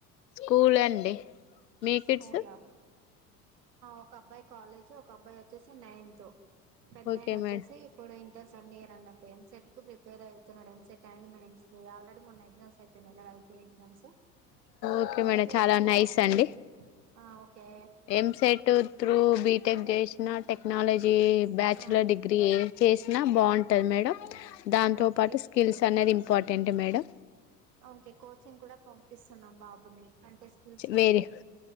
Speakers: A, on the left; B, on the right.
A: స్కూల్ అండి మీకిట్స్
B: స్కూలా ఒక అబ్బాయి కాలేజ్ ఒక అబ్బాయి వచ్చేసి నైన్త్ పెద్దయిన
A: ఓకే
B: వచ్చేసి
A: మేడం
B: ఇప్పుడు ఇ సండ్ ఇయ అన్నడు ఎన్సెట్ కు ప్రిపేర్ అవుతున్నాడు ఎన్సెట్ అండ్ మయిన్స్ ఆల్రెడీ మొన్న ఎగ్జాస్ అవుయిన్నాయి ఎజామ్స్ సో
A: ఓకే మేడం
B: ఏదైతే
A: చాలా
B: బాగుంటది
A: నైస్ అండి
B: ఓకే
A: ఎంసెట్ త్రూ బిటెక్ చేసినా టె క్నాలజీ బ్యాచులర్
B: ఆ
A: డిగ్రీ చేసినా బాగుంటది మేడం దాంతోపాటు
B: ఓకే
A: స్కిల్స్ అనేది ఇంపార్టెంట్ మేడం
B: ఓకే కోచింగ్ కూడా పంపిస్తున్నాం బాబుని అంటే స్కి ల్స్ కోసమే
A: వేరే